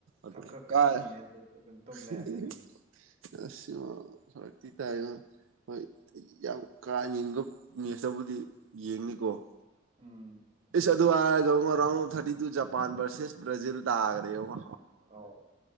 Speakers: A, on the right; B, on the right.
A: ꯑꯗꯨꯝ
B: ꯈꯞ ꯈꯞ ꯈ
A: ꯀꯥꯔꯦ
B: ꯆꯤꯡꯉꯦ ꯑꯗꯩꯗꯤ ꯑꯗꯨꯝ ꯇꯨꯝ
A: ꯍꯤꯍꯤꯍꯤ
B: ꯂꯩꯔꯝꯃꯦ ꯑꯗꯨꯝ
A: ꯑꯁ ꯌꯥ ꯐꯔꯦ ꯇꯤ ꯇꯥꯢꯉꯣ ꯍꯣꯏ ꯌꯥꯝ ꯀꯥꯍꯟꯅꯤꯡꯕ ꯃꯦꯁꯇꯕꯨ ꯗꯤ ꯌꯦꯡꯅꯤꯀꯣ
B: ꯎꯝ
A: ꯏꯁ ꯑ ꯑꯗꯨ ꯍꯥꯢꯔꯒ round of thirty two Japan versus Brazil ꯇꯥꯈ꯭ꯔꯦꯉꯣ
B: ꯑꯧ